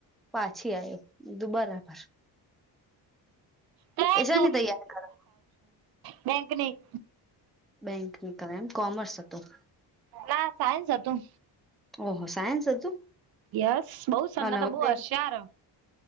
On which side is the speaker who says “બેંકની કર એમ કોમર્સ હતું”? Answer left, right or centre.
Centre